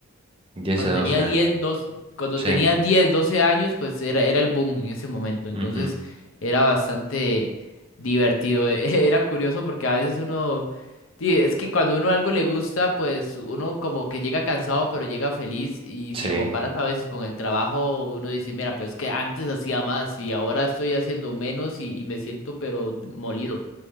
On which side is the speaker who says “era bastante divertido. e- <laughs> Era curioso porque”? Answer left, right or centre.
Left